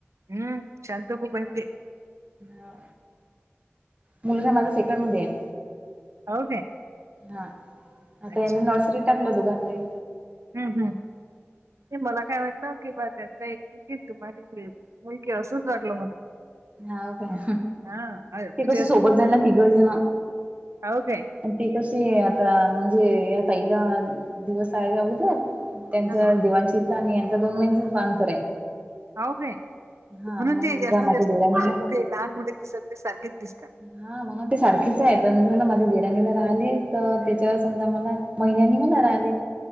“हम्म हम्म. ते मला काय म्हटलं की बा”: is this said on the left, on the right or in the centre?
Right